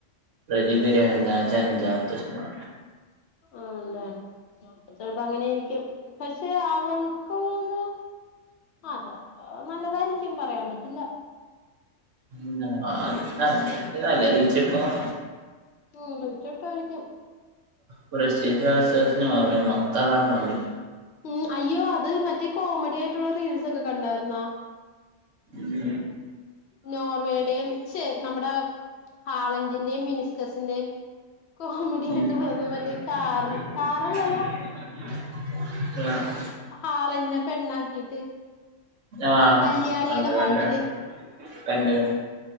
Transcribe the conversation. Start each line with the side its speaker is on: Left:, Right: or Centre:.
Right: പ്രതിഭ രാഗച്ചെഞ്ചാമത്തെ സിനിമ
Left: അതാണ് ചെൽപ്പോ അങ്ങനായ്രിക്കും പക്ഷേ അവൾകുള്ളത് ആഹ് ചെയപോ നല്ലതാർക്കും പറയാൻ പറ്റില്ല
Right: ഉം <unintelligible> നല്ല റീച്ചട്ടും
Left: <unintelligible> ട്ടായിരിക്കും
Right: ബ്രസീൽ വേസസ് നോർവേ മൊത്തംതാന്ന്
Left: ഉം അയ്യോ അത് മറ്റേ കോമഡി ആയിട്ടുള്ള റീൽസൊക്കെ കണ്ടാർന്ന
Right: ഉം
Left: നോർവേടെം ശേ നമ്മുടെ ഹാളന്റിന്റെയും മിനിസ്കസിന്റെയും കോമഡി
Right: <unintelligible>
Left: ആയിട്ടുള്ളത് മറ്റേ കാറിൽ കാറല്ലല്ല
Right: <inaudible>
Left: ഹാളന്റിനെ പെണ്ണാക്കിട്ട്
Right: ആഹ്
Left: കല്യാണിടെ
Right: കണ്ട് കണ്ട്
Left: പാട്ടില്
Right: കണ്ട് കണ്ട് കണ്ട് <inaudible>